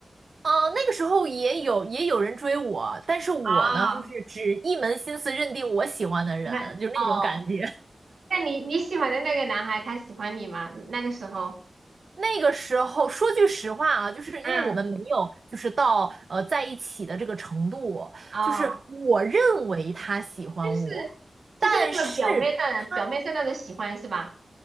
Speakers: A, on the right (about 65°); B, on the right (about 80°).
A: 呃，那个时候也有也有人追我，但是我呢，
B: 啊？
A: 就是只一门心思认定我喜欢的人，
B: 哦，你看哦，
A: 就那种感觉。
B: 那你你喜欢的那个男孩他喜欢你吗？那个时候？
A: 那个时候说句实话啊，就是因为我们没有就是到呃在一起的这个程度，
B: 嗯，哦，
A: 就是我认为他喜欢我，
B: 就是就是那个表面上的表面上那种喜欢是吧？
A: 但是他